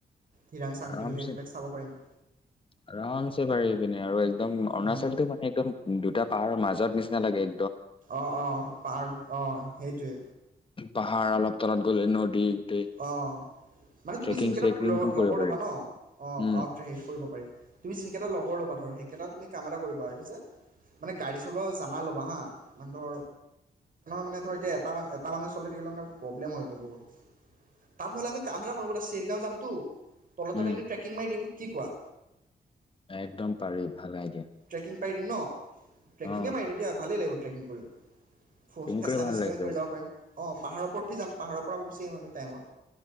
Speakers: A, on the right; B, on the left.
A: ধিৰাং শান্তি
B: আৰামছে
A: বুলি কৰিম
B: আৰামছে পাৰি পিনে আৰু একদম
A: পাৰিম
B: অৰুণাচলটো মানে একদম দুটা পাহাৰ মাজত নিচিনা চালাগে
A: অ অ পাহা অ সেইটোৱে
B: পাহাৰ অলপ তলত গ'লে নদী। গোটেই
A: অ মানে তুমি
B: ট্ৰেকিং
A: যোনকেইটা
B: চেকিংটো
A: লগৰ
B: কৰিব পাৰি
A: ল'বা ন, অ
B: উম
A: অ ট্ৰে হেৰি কৰিব পাৰি তুমি যিকেইটা লগৰ ল'বা ধৰ সেইকেইটা তুমি কাম এটা কৰিবা এইটো যে, মানে গাড়ী চলোৱা জানা ল'বা হা বান্দৰ মানে ধৰ এতিয়া এটা এটা মানুহ চল থাকিলে মানে প্ৰব্লেম হয়গে বহুত। তাত নহ'লে আমি কামৰা কৰিব চেৰিগাঁও যামতো তল তলে
B: উম
A: এনে ট্ৰেকিং মাৰি দিম কি কোৱা?
B: একদম পাৰে ভালাই আইডিয়া।
A: ট্ৰেকিং পাৰি দিম ন? ট্ৰেকিঙে
B: অ
A: মাৰি দিওঁ তিয়া ভালেই লাগিব। ট্ৰেকিং কৰিম। ফচ
B: ট্ৰেকিং
A: ফেচলা
B: কৰি
A: মেচলা
B: ভাল লাগে
A: লৈ কৰি যাব পাৰিম। অঁ পাহাৰ উপত উঠি যাম, পাহাৰৰ পৰা গুচি আহিম আমি টাইমত।